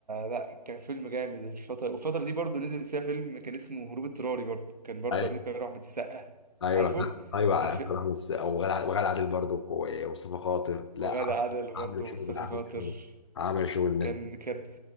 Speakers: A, on the right (about 75°); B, on the left (about 40°).
A: لا كان فيلم جامد الفترة والفترة دي برضه نزل فيها فيلم كان اسمه هروب اضطراري برضه كان برضه
B: ايوه
A: أمير كمال وأحمد السقا
B: ايوه
A: عارفه
B: ايوه
A: الف...
B: أكرم رامز وغادة وغادة عادل برضو ومصطفى خاطر لا
A: وغادة عادل برضه
B: عامل
A: ومصطفى
B: شغل عامل
A: خاطر
B: شغل عامل شغل الناس
A: كان
B: دي
A: كان